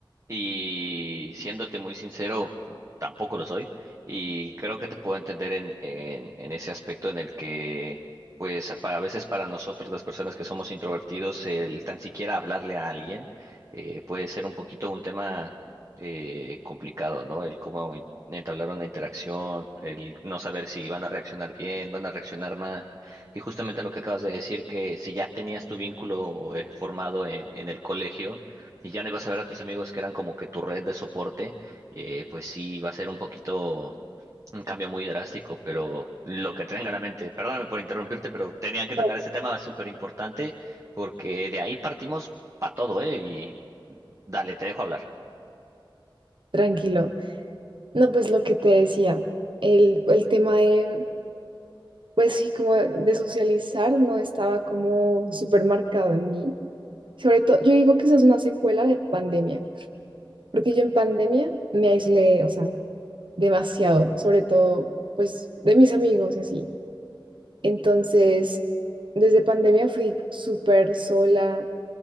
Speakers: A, on the right (about 35°); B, on the right (about 70°).
A: Y siéndote muy sincero, tampoco lo soy. Y creo que te puedo entender en, en, en ese aspecto en el que, pues, para, a veces para nosotros, las personas que somos introvertidos, el tan siquiera hablarle a alguien eh, puede ser un poquito un tema eh, complicado, ¿no? El cómo en- entablar una interacción, el no saber si van a reaccionar bien, van a reaccionar mal. Y justamente lo que acabas de decir, que si ya tenías tu vínculo eh, formado en, en el colegio, y ya no ibas a ver a tus amigos que eran como que tu red de soporte, eh, pues sí va a ser un poquito un cambio muy drástico, pero lo que tenga a la mente, perdóname por interrumpirte, pero tenía que tocar
B: no,
A: ese tema súper importante porque de ahí partimos para todo, ¿eh? Y dale, te dejo hablar.
B: tranquilo. No, pues lo que te decía, el, el tema de, pues sí, como de socializar no estaba como súper marcado en mí. Sobre todo, yo digo que esa es una secuela de pandemia, porque yo en pandemia me aislé, o sea, demasiado, sobre todo pues de mis amigos y así. Entonces, desde pandemia fui súper sola